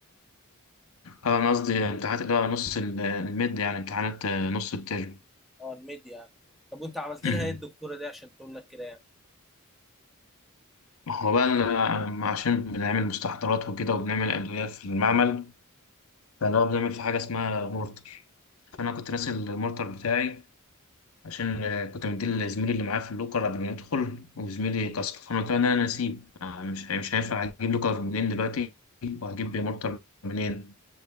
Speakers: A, on the left (about 70°); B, in the centre.
A: اه أنا قصدي امتحانات اللي هو نص ال- الميد يعني امتحانات آه، نص الترم
B: اه الميديا يعني طب وانت عملت
A: <clears throat> أمم.
B: لها ايه الدكتوره دي عشان تقول لك كده يعني
A: هو بقى ال- آه، عشان بنعمل مستحضرات وكده وبنعمل أدوية في المعمل فاللي هو بنعمل في حاجة اسمها مورتر فأنا كنت ناسي المورتر بتاعي عشان آه، كنت مديه لزميلي اللي معاه في اللوكر قبل ما يدخل وزميلي كسر فانا قلت له إن انا نسيب آه، مش مش هينفع اجيب لوكر منين دلوقتي وهجيب مورتر منين